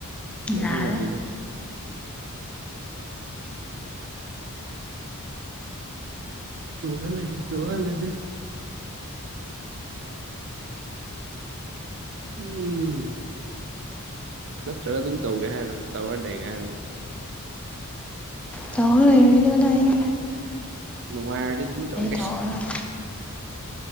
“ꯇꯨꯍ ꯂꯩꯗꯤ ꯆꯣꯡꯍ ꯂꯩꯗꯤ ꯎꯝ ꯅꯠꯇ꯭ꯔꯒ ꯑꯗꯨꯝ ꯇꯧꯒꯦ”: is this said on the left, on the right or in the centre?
Right